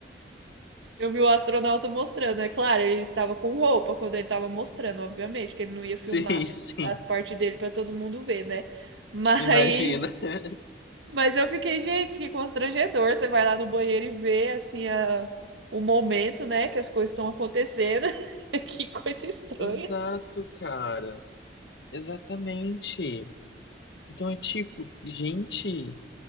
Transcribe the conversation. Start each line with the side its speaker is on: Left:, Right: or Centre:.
Right: eu vi o astronauta mostrando, é claro, ele estava com roupa quando ele estava mostrando, obviamente, que ele não ia filmar
Left: Sim, sim.
Right: as partes dele para todo mundo ver, né? <laughs> Mas
Left: Imagina. <laughs>
Right: Mas eu fiquei, gente, que constrangedor. Você vai lá no banheiro e vê, assim, a- o momento, né, que as coisas estão acontecendo. <laughs> Que coisa estranha.
Left: Exato, cara. Exatamente. Então é tipo, gente,